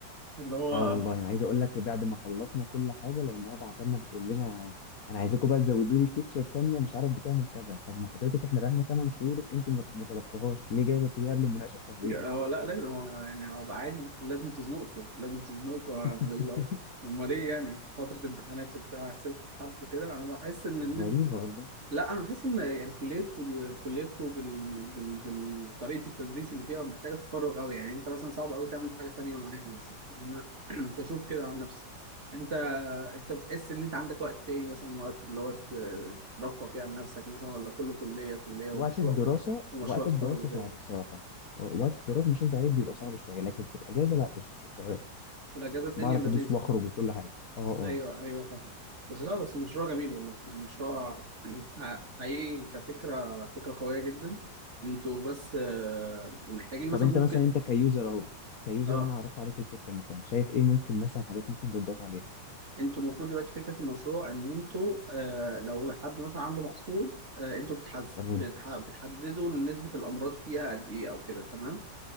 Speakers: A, on the right; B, on the left.
A: اللي هو
B: اه والله انا عايز اقول لك بعد ما خلصنا كل حاجه لانها بعت لنا بتقول لنا انا عايزاكم بقى تزودوا لي فيتشر تانية مش عارف بتعمل كذا طب ما حضرتك احنا بقالنا 8 شهور انت ما ما طلبتهاش ليه جايه تطلبيها قبل المناقشه بشهرين
A: هو لا لازم هو يعني هو بقى عادي لازم تزنقكم لازم تزنقكم
B: <laughs>
A: قبل الله امال ايه يعني فتره امتحانات وبتاع هتسيبكم في حالكم كده انا بحس ان
B: غريبه والله
A: لا انا بحس ان يعني كليتكم كليتكم بال... بال... بالطريقه التدريس اللي فيها محتاجه تفرغ قوي يعني انت مثلا صعب قوي تعمل حاجه تانية معاها مثلا انا <clears throat> بشوف كده عن نفسي انت انت بتحس ان انت عندك وقت تاني مثلا وقت اللي هو ت- ترفه فيه عن نفسك مثلا ولا كله كليه كليه ومشروع
B: وقت الدراسة
A: ومشروع
B: وقت
A: تخرج
B: الدراسة
A: وكده
B: صعب الصراحة آه، وقت الدراسة مش هكدب عليك بيبقى صعب شوية لكن في الأجازة لا قشطة آه،
A: والاجازه الدنيا
B: بعرف
A: لذيذه
B: أدوس وأخرج وكل حاجة اه اه
A: ايوه ايوه فاهم بس لا بس المشروع جميل والله يعني المشروع <clears throat> ح- حقيقي كفكره فكره قويه جدا انتوا بس آه، محتاجين
B: طب
A: مثلا
B: أنت
A: ممكن
B: مثلا أنت كيوزر أهو كيوزر
A: اه
B: أنا عرضت عليك الفكرة مثلا شايف إيه ممكن مثلا حاجات ممكن تضاف عليها
A: انتوا المفروض دلوقتي فكره المشروع ان انتوا آه لو حد مثلا عنده محصول آه انتوا بتحز...
B: تمام
A: بتح... بتحددوا نسبه الامراض فيها قد ايه او كده تمام